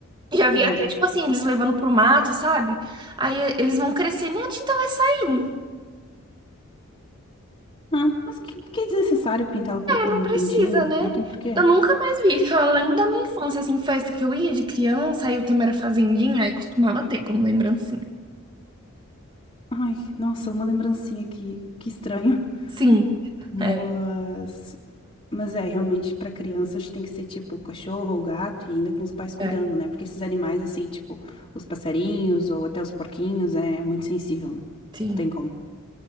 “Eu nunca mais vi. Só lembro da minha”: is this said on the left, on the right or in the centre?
Right